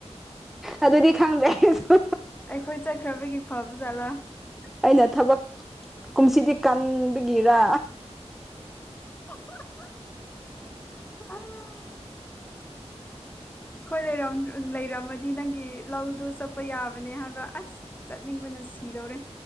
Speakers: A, in the centre; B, on the left.
A: ꯑꯗꯨꯗꯤ ꯈꯪꯗ꯭ꯔꯦ ꯑꯩꯖꯨ
B: ꯑꯩꯈꯣꯏ ꯆꯠꯈ꯭ꯔꯕꯒꯤ ꯐꯕ ꯖꯥꯠꯂꯥ
A: ꯑꯩꯅ ꯊꯕꯛ ꯀꯨꯝꯁꯤꯗꯤ ꯀꯟꯕꯒꯤꯔ
B: ꯑ ꯈꯣꯏ ꯂꯩꯔ ꯂꯩꯔꯝꯃꯗꯤ ꯅꯪꯒꯤ ꯂꯧꯗꯣ ꯆꯠꯄ ꯌꯥꯕꯅꯦ ꯍꯥꯏꯕ ꯑꯁ ꯆꯠ ꯆꯠꯅꯤꯡꯕꯅ ꯁꯤꯗꯧꯔꯦ